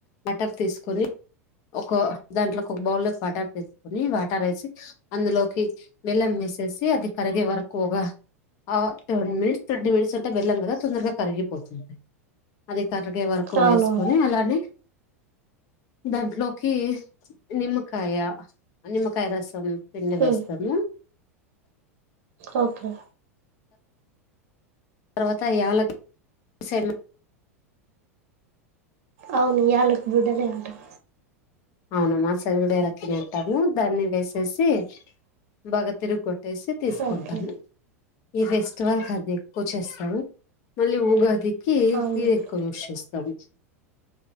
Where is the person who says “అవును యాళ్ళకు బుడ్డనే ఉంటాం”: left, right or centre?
Right